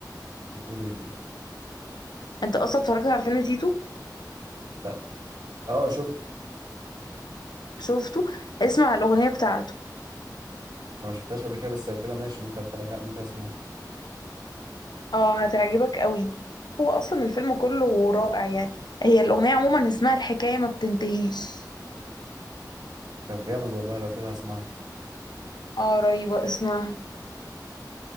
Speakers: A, on the right; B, on the left.
A: بتقول ايه دي
B: انت اصلا اتفرجت على فيلم تيتو
A: اه آه، شفت
B: شفته اسمع الاغنيه بتاعته
A: أنا ما شفتهاش قبل كده بس لو كده ماشي ممكن اتفرج على- ممكن اسمعها
B: اه هتعجبك قوي هو اصلا الفيلم كله رائع يعني هي الاغنيه عموما اسمها الحكايه ما بتنتهيش
A: طب جامد والله لو كده هسمعها
B: اه رهيبه اسمها